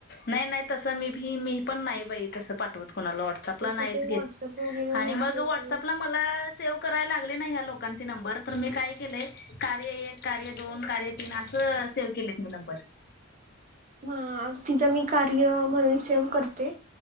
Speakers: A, on the left; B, on the right.
A: नाही नाही तसं मीी मी पण नाही बाई तस पाठवत. कोणाला व्हॉट्सअपला
B: तसं
A: नाहीच
B: ते व्हॉट्सअप
A: घेत
B: वगैरे होत
A: आणि मग
B: गेल्यावर
A: व्हॉट्सअपला मला सेव्ह करायला लाग लो नंर मी काय केलं कार्य एक कार्य दोन कार्य तीन अस सेव केलं. <unintelligible> नंबर
B: हा आ तिचां मी कार्य म्हणून सेव करते.